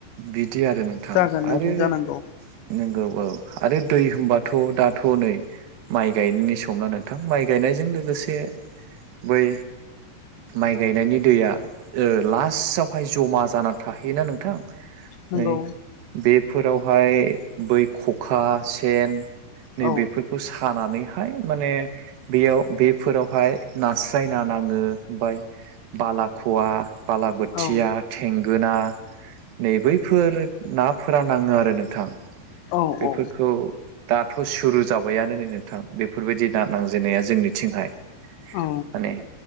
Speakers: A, on the right (about 75°); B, on the left (about 85°).
A: बिदि आरो नोंथां
B: जागोन नोंथां
A: आरो
B: जानांगौ
A: नंगौ औ आरो दै होनबाथ' दाथ' नै माइ गायनायनि समना नोंथां, माइ गायनायजों लोगोसे बै माइ गायनायनि दैया ओ लासावहाय जमा जानानै थाहैयोना नोंथां।
B: नंगौ
A: नै बेफोरावहाय बै खखा, सेन नैबेफोरखौ
B: औ
A: सानानैहाय माने बेयाव बेफोरावहाय नास्राय ना नाङो आमफाय बालाख'वा बालाबोथिया,
B: औ
A: थेंगोना नै बैफोर नाफोरा नाङो आरो नोंथां।
B: औ
A: बेफोरखौ
B: औ
A: दाथ' सुरु जाबायानो नै नोंथां बेफोरबायदि दा नांजेननाया जोंनिथिंहाय। माने
B: औ